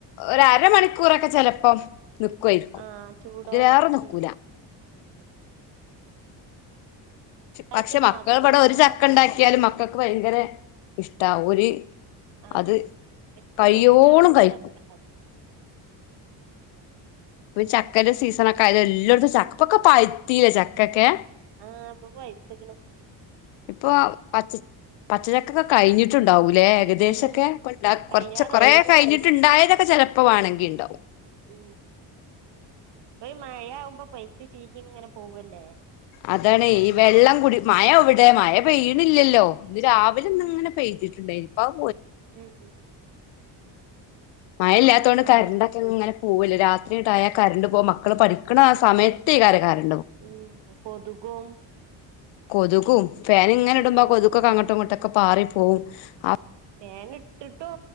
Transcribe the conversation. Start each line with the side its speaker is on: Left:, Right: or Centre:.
Left: ഒരരമണിക്കൂറൊക്കെ ചെലപ്പം നിക്കുവായിരിക്കും.
Right: ആഹ് ചൂടോടെ
Left: അതിലേറെ നിക്കൂല.
Right: ഉം അതായിട്ടൊരു
Left: പക്ഷെ മക്കൾ
Right: മധുരം
Left: ഇവിടെ
Right: ഉണ്ടാവും
Left: ഒരു ചക്കണ്ടാക്കിയാലും മക്കൾക്ക് ഭയങ്കര ഇഷ്ട്ടാവും ഒര്
Right: ആഹ്
Left: അത്
Right: എനിക്ക്
Left: കഴിയോളും
Right: പൊരിച്ചത് നല്ല
Left: കഴിക്കും.
Right: ഇഷ്ടാണ്
Left: ഇപ്പൊ ചക്കന്റെ സീസണൊക്കെ ആയത് എല്ലാടത്തും ചക്ക പ്പൊക്കെ പഴ്ത്തില്ലേ ചക്കൊക്കെ.
Right: ആഹ് പ്പൊ പഴ്ത്ത്ക്ണ്.
Left: ഇപ്പൊ പച്ച പച്ചച്ചക്കൊക്കെ കഴിഞ്ഞിട്ടുണ്ടാവൂ ല്ലെ ഏകദേശൊക്കെ
Right: ഉം
Left: ഇപ്പണ്ടാക്ക
Right: തയ്യാറായി
Left: കൊറച്ച് കുറേ കഴിഞ്ഞിട്ട്ണ്ടായതൊക്കെ ചെലപ്പോ വാണങ്കി ഇണ്ടാവും.
Right: ഉം ഈ മഴ ആവുമ്പോ പഴ്ത്ത് ചീഞ്ഞ് ഇങ്ങനെ പോവല്ലേ.
Left: അതാണെയ് ഈ വെള്ളം കുടി മഴ എവിടെ മഴ പെയ്യണില്ലല്ലോ ഇന്ന് രാവിലെ ഇന്ന്ങ്ങനെ പെയ്തിട്ടുണ്ടായി ഇപ്പം
Right: ഉം ഉ
Left: മഴല്ലാത്തോണ്ട് കരണ്ടൊക്കെ
Right: ആഹ്
Left: ഇങ്ങനെ പോവല്ലേ രാത്രിട്ടായാൽ കരണ്ട് പോകും. മക്കൾ പഠിക്കണ ആ സമയത്തേകാരം കരണ്ട്
Right: ഉം കൊതുകും.
Left: കൊതുകും ഫാൻ ഇങ്ങനെ
Right: ഉം
Left: ഇടുമ്പോ കൊതുകൊക്കെ അങ്ങോട്ടും ഇങ്ങോട്ടൊക്കെ പാറി പോവും അപ്പോ
Right: ഫേൻ ഇട്ട്ട്ടോ?